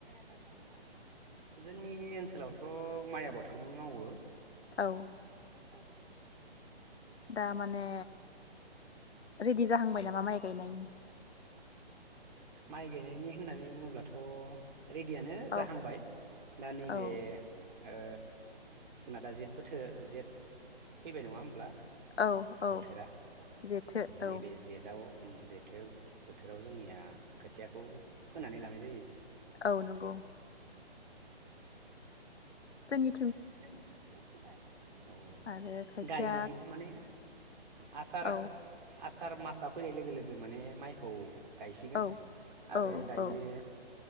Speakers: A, on the right; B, on the left.
A: आबाद मावो ना जोंनि ओनसोलावथ' माइ आबादखौनो मावो
B: औ।
A: औ।
B: दा माने रेडि जाहांबाय नामा माइ गायनायनि
A: माइ गायनायनि होननानै बुङोब्लाथ' रेडियानो जाहांबाय
B: औ
A: दा नैबेए
B: औ
A: ओ जोंना दा जेथ बोथोर जेट फैबाय नङा होमब्ला?
B: औ औ
A: बोथोरा
B: जेथो
A: उम नैबे
B: औ।
A: जेटआव जेथो बोथोराव जोंनिया खोथियाखौ फोनानै लानाय जायो।
B: औ नंगौ। जोंनि
A: <unintelligible> औ
B: आरो खायसेया
A: गाय माने आसार
B: औ
A: आस सार मासआ फैनाय लोगो लोगो माने माइखौ गायसिगोन
B: औ
A: आरो
B: औ
A: दायो।
B: औ